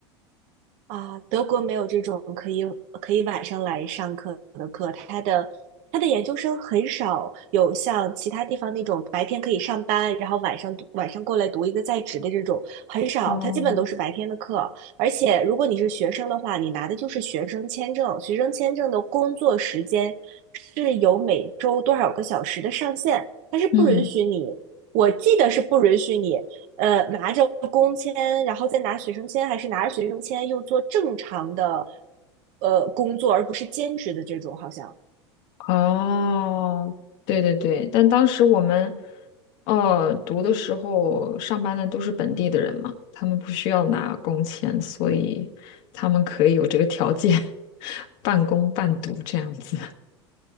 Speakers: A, on the right; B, on the left.
A: 啊，德国没有这种可以可以晚上来上课的课，他的他的研究生很少有像其他地方那种白天可以上班，然后晚上读晚上过来读一个在职的这种很少，
B: 哦，
A: 他基本都是白天的课。而且如果你是学生的话，你拿的就是学生签证，学生签证的工作时间是有每周多少个小时的上限，它是不允许你，
B: 嗯。
A: 我记得是不允许你呃，拿着工签，然后再拿学生签，还是拿着学生签又做正常的呃工作，而不是兼职的这种，好像。
B: 哦，对对对，但当时我们，呃，读的时候上班的都是本地的人嘛，他们不需要拿工钱，所以他们可以有这个条件，<laughs> 半工半读这样子。